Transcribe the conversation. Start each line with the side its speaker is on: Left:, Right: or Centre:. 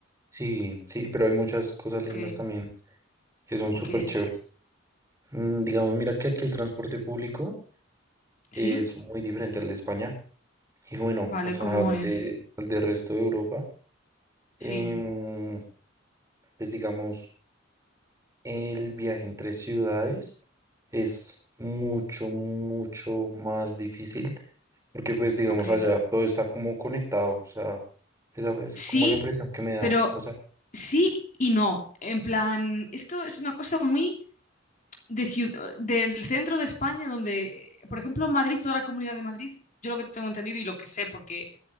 Right: Sí, sí, pero hay muchas cosas
Left: Ok,
Right: lindas también que son
Left: ok.
Right: súper chéveres. Mm, Digamos, mira que aquí el transporte público es
Left: Sí,
Right: muy diferente al de España y bueno,
Left: vale,
Right: o sea,
Left: ¿cómo
Right: al
Left: es?
Right: de, al de resto de Europa. Em,
Left: Sí,
Right: pues digamos, el viaje entre ciudades es mucho, mucho más difícil porque pues digamos
Left: ok.
Right: allá todo está como conectado, o sea, esa es
Left: Sí,
Right: como la impresión que me da.
Left: pero
Right: O sea,
Left: sí y no. En plan, esto es una cosa muy... de ciud- del centro de España, donde, por ejemplo, Madrid, toda la comunidad de Madrid, yo lo que tengo entendido y lo que sé porque